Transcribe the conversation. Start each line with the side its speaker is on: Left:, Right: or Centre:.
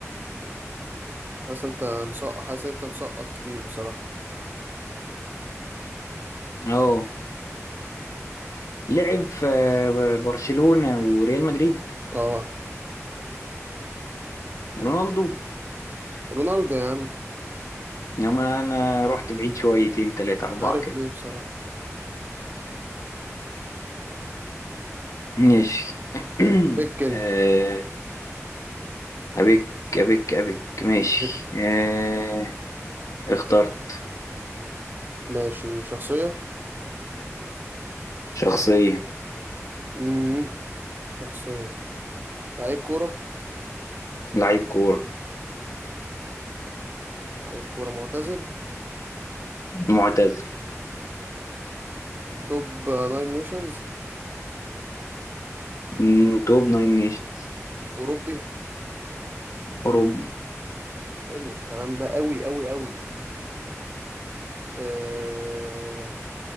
Right: حاسس أنت مسقط حاسس أنت مسقط كتير بصراحة
Left: اه لعب في آه، برشلونة وريال مدريد
Right: أه
Left: رونالدو
Right: رونالدو يا عم
Left: انما انا رحت بعيد شويتين تلاتة
Right: مش
Left: اربعة
Right: عارف
Left: كده
Right: ليه بصراحة
Left: ماشي <clears throat>
Right: بيك أنت
Left: آه أبيك أبيك أبيك ماشي
Right: بيك.
Left: آه... اخترت
Right: ماشي شخصية
Left: شخصية
Right: امم شخصية لعيب كورة
Left: لعيب كورة
Right: لعيب كورة معتزل
Left: معتزل
Right: توب ناين نيشنز
Left: مم، توب ناين نيشنز
Right: أوروبي
Left: أوروبي
Right: حلو الكلام ده أوي أوي أوي أه...